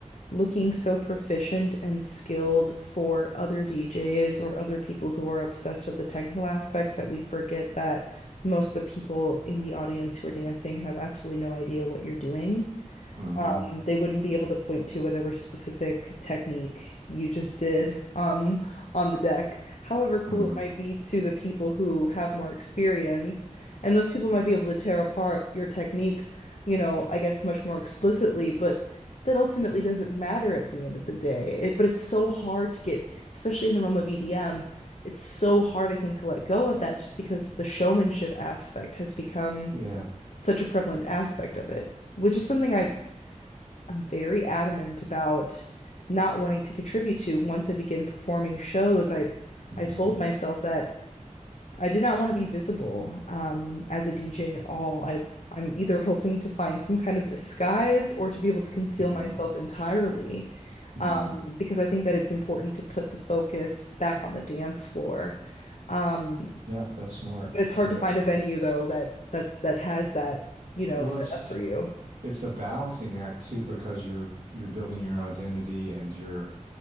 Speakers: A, on the left; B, on the right.
A: looking so proficient and skilled for other DJs or other people who are obsessed with the technical aspect that we forget that most of the people in the audience who are dancing have absolutely no idea what you're doing
B: Mm-hmm.
A: um they wouldn't be able to point to whatever specific technique you just did um on the deck however cool
B: Mm-hmm.
A: it might be to the people who have more experience and those people might be able to tear apart your technique you know I guess much more explicitly but that ultimately doesn't matter at the end of the day it, but it's so hard to get especially in the realm of EDM it's so hard I think to let go of that just because the showmanship aspect has become
B: Yeah.
A: such a prevalent aspect of it which is something I I'm very adamant about not wanting to contribute to once I begin performing shows. I
B: Mm-hmm.
A: I told myself that I did not want to be visible um, as a DJ at all. I I'm either hoping to find some kind of disguise or to be able to conceal
B: Mm-hmm.
A: myself entirely,
B: Mm-hmm.
A: um, because I think that it's important to put the focus back on the dance floor. Um,
B: Yeah, that's smart.
A: it's
B: I
A: hard
B: think
A: to
B: that's
A: find
B: smart.
A: a venue though that that that has that, you know,
B: Well,
A: set
B: it's
A: up for you.
B: it's a balancing act too because you're you're building your identity and you're